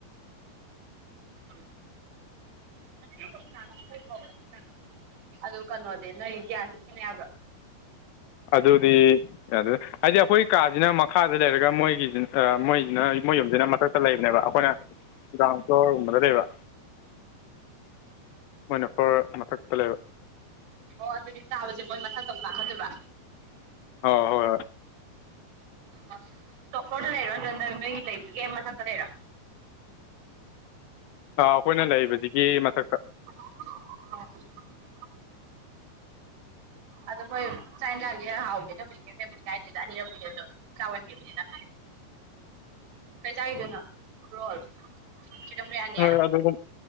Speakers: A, on the right; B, on the left.
A: ꯎꯝ <unintelligible> ꯑꯗꯨ ꯀꯩꯅꯣꯗꯤ ꯅꯣꯏ ꯒ꯭ꯌꯥꯁ ꯁꯤ ꯁꯤꯟꯅ ꯌꯥꯕ꯭ꯔꯥ
B: ꯑꯗꯨꯗꯤ ꯌꯥꯗ ꯍꯥꯏꯗꯤ ꯑꯩꯈꯣꯏ ꯀꯥꯁꯤꯅ ꯃꯈꯥꯗ ꯂꯩꯔꯒ ꯃꯣꯏꯒꯤꯁꯤ ꯃꯣꯏꯁꯤꯅ ꯃꯣꯏ ꯌꯨꯝꯁꯤꯅ ꯃꯊꯛꯇ ꯂꯩꯕꯅꯦꯕ ꯑꯩꯈꯣꯏꯅ ꯒ꯭ꯔꯥꯎꯟ ꯐ꯭ꯂꯣꯔꯒꯨꯝꯕꯗ ꯂꯩꯕ ꯃꯣꯏꯅ ꯐ꯭ꯂꯣꯔ ꯃꯊꯛꯇ ꯂꯩꯕ
A: ꯑꯣ ꯑꯗꯨꯗꯤ ꯆꯥꯕꯁꯦ ꯃꯣꯏ ꯃꯊꯛꯇꯪ ꯇꯥꯈꯠꯂꯕ꯭ꯔ
B: ꯑꯥ ꯍꯣꯏ ꯍꯣꯏ
A: ꯑ ꯇꯣꯄꯣꯔꯗ ꯂꯩꯔꯣ ꯅꯠꯇ꯭ꯔꯅ ꯅꯣꯏ ꯂꯩꯕꯒꯤ ꯃꯊꯛꯇ ꯂꯩꯔꯣ
B: ꯑꯩꯈꯣꯏꯅ ꯂꯩꯔꯤꯕꯁꯤꯒꯤ ꯃꯊꯛꯇ
A: ꯍ ꯑꯗꯣ ꯃꯣꯏ ꯆꯥꯛ ꯌꯦꯟꯖꯥꯡꯗꯤ ꯍꯥꯎꯕꯤꯗꯕꯨꯗꯤ ꯀꯩꯛꯇꯕꯨꯗꯤ ꯀꯥꯏꯗꯦꯗ ꯑꯅꯤꯔꯛꯄꯤꯗꯁꯨ ꯆꯥꯎꯥꯎꯍꯟꯕꯤꯕꯅꯤꯅ ꯀꯩ ꯆꯥꯏꯗꯨꯅꯣ ꯔꯣꯜ ꯆꯤꯛꯀꯟ ꯕꯤꯔꯌꯥꯅꯤ
B: ꯍꯣꯏ ꯑꯗꯨꯒ